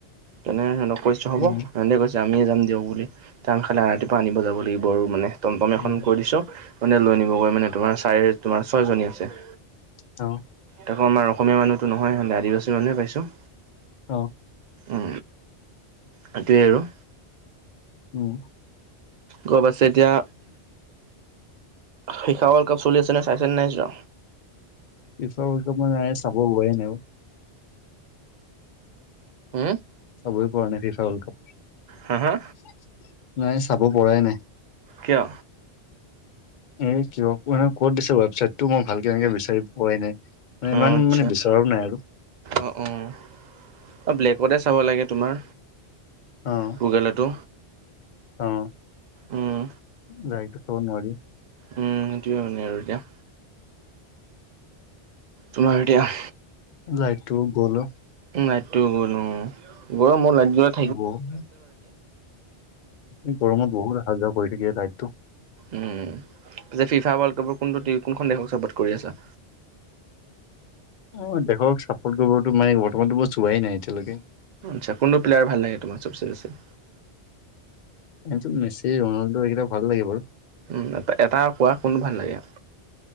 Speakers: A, on the right; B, on the left.
A: তেনে হেনো কৈছো হ'ব
B: উম
A: সিহঁতে কৈছো আমিয়ে যাম দিয়ক বুলি টান খালে ৰাতিপুৱা আনিব যাব লাগিব আৰু মানে। টমটম এখন
B: উম
A: কৈ দিছো মানে লৈ নিবগৈ মানে তোমাৰ চাৰে তোমাৰ ছয়জনী আছে।
B: অ',
A: তাকো আমাৰ অসমীয়া মানুহ টো নহয় আদিবাসী মানুহে পাইছো।
B: অ',
A: উ, সেইটোৱে আৰু।
B: উম,
A: গম পাইছে এতিয়া ফিফা ৱল্ডাপ চলি আছে ন চাইছে নাইচোৱা?
B: ফিফা ৱৰ্ল্ড কাপ মই নাই চাব পোৱাই নাই অ,
A: হম?
B: চাবই পৰা নাই ফিফা ৱৰ্লড কাপ
A: হা হা
B: নাই চাব পৰাই নাই।
A: কিয়?
B: এ কিয় ক'ত দিছে ৱেবচাইটতটো মই ভালকে এনেকে বিচাৰি পোৱাই নাই। মানে
A: অ,
B: ইমান
A: আচ্ছা
B: মানে বিচৰাও নাই আৰু
A: অ', অ', অ', ব্লেকতে চাব লাগে তোমাৰ।
B: অ',
A: গুগলতো
B: অ',
A: উম
B: দাইৰেক্ত চাব নোৱাৰি।
A: উম, সেইটোৱে মানে আৰু এতিয়া। তোমাৰ এতিয়া
B: লাইটটো গ'ল অ,
A: নাইটো গ'লো গল মোৰ লাইট য
B: ব উম, গৰমত বহুত অহা যোৱা কৰি থাকে লাইন টো।
A: উম, যে ফিফা ৱৰ্ল্ড কাপৰ কোনটো কোনখন দেশক চাপৰ্ট কৰি আছা?
B: অ, দেখক চাপৰ্ট কৰিবতো মানে বৰ্তমানতো মই চোৱাই নাই এতিয়ালৈকে।
A: আচ্ছ কোনোটো প্লেয়াৰ ভাল লাগে তোমাৰ চব ছে বেছি?
B: এইটো মেচি ৰোনাল্ডো এইকেইটা ভাল লাগে বাৰু।
A: উম, এ এটা কোৱা কোনোটো ভাল লাগে?